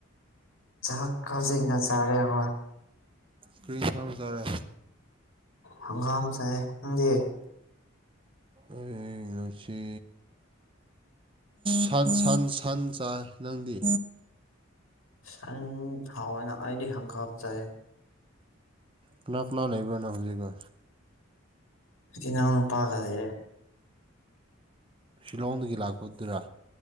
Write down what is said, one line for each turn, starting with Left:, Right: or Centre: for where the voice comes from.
Left: ꯆꯥꯛ ꯍꯧꯖꯤꯛꯅ ꯆꯥꯔꯦ <unintelligible>
Right: ꯀꯔꯤ ꯏꯟꯁꯥꯡ ꯆꯥꯔꯦ
Left: ꯍꯪꯒꯥꯝ ꯆꯥꯏꯌꯦ ꯅꯪꯗꯤ
Right: ꯑꯗꯨ ꯉꯁꯤ ꯁꯟ ꯁꯟ ꯁꯟ ꯆꯥꯏ ꯅꯪꯗꯤ
Left: ꯁꯥꯟ ꯍꯋꯥꯅꯥ ꯑꯩꯗꯤ ꯍꯪꯒꯥꯝ ꯆꯥꯏ
Right: ꯀꯅꯥ ꯀꯅꯥ ꯂꯩꯕꯅꯣ ꯍꯧꯖꯤꯛꯅ
Left: ꯏꯅꯥꯎ ꯅꯨꯄꯥ ꯂꯩꯌꯦ
Right: ꯁꯤꯂꯣꯡꯗꯒꯤ ꯂꯥꯛꯄꯗꯨꯔ